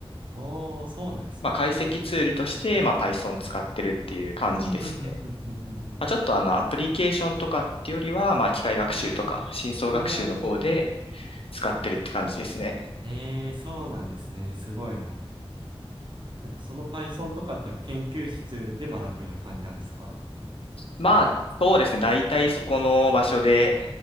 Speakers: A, on the right; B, on the left.
A: おー、そうなんですね。
B: まあ、解析ツールとして、まあ、Python 使ってるっていう感じですね。
A: ふんふんふんふんふんふんふん。
B: まあ、ちょっとあのアプリケーションとかっていうよりは、まあ、機械学習とか深層学習の方で、
A: うん。うーん。
B: 使ってるって感じですね。
A: ええ、そうなんですね。すごいな。やっぱその Python とかってやっぱ研究室で学ぶみたいな感じなんですか
B: まあ、そうですね。大体そこの場所で、